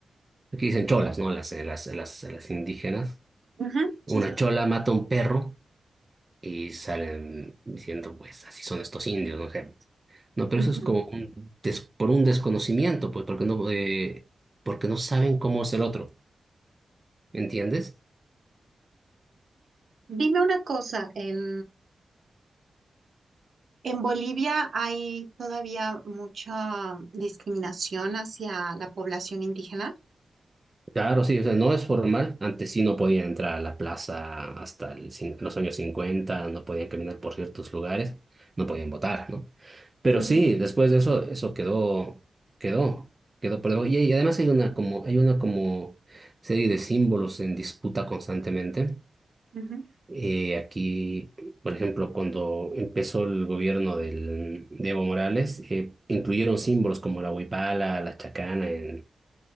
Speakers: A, on the right; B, on the right.
A: dicen cholas, ¿no? Las, eh, las, las, las indígenas.
B: ujú,
A: Una
B: Sí, sí, sí.
A: chola mata a un perro y salen diciendo, pues, así son estos indios, no sé. No, pero
B: ujú.
A: eso es como un des- por un desconocimiento, pues, porque no, eh, porque no saben cómo es el otro, ¿entiendes?
B: Dime una cosa, en, en Bolivia hay todavía mucha discriminación hacia la población indígena?
A: Claro, sí, o sea, no es formal. Antes sí no podían entrar a la plaza hasta el cin- los años 50. no podían caminar por ciertos lugares, no podían votar, ¿no? Pero
B: Ujú,
A: sí, después de eso, eso quedó, quedó, quedó por debajo. Y, y además hay una como, hay una como serie de símbolos en disputa constantemente.
B: ujú.
A: Eh, aquí, por ejemplo, cuando empezó el gobierno del, de Evo Morales, eh, incluyeron símbolos como la huipala, la chacana en,